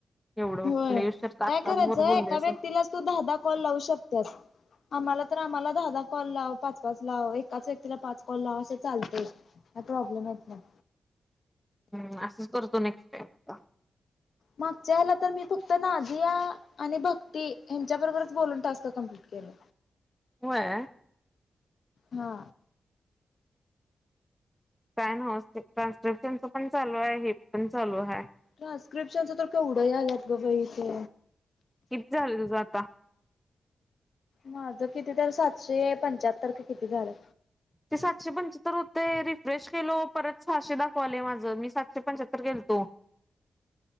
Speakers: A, in the centre; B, on the left.
A: एवढ
B: होय
A: लई उशीर तास
B: काय करायचंय
A: तास भर बोलले
B: एका व्यक्तीलाच
A: असं.
B: तू दहादा कॉल लावू शकतेस. आम्हाला तर आम्हाला दहा दहा कॉल लाव पाच पाच लाव एकाच व्यक्तीला पाच कॉल लाव असे चालतेय. आता प्रॉब्लेम येत नाही.
A: हम्म असंच करतो नेक्स्ट टाइम ला.
B: मागच्या याला तर मी को ''--'' तर नाजी या आणि भक्ती यांयांच्या बरोबरच बोलून टास्क कम्प्लीट केलं.
A: होय.
B: हा,
A: काय नवचं ते ट्रान्स्क्रिप्शनच पण चालू आहे हे पण चालू आहे.
B: ट्रान्स्क्रिप्शनच तर केवढे आल्यात ग बाई ते.
A: किती झालंय तुझं आता.
B: माझं किती तर सातशे पंच्याहत्तर क किती झालं.
A: ते सातशे पंच्याहत्तर होते रिफ्रेश केलो परत सहाशे दाखवाले माझं मी सातशे पंच्याहत्तर केलतो.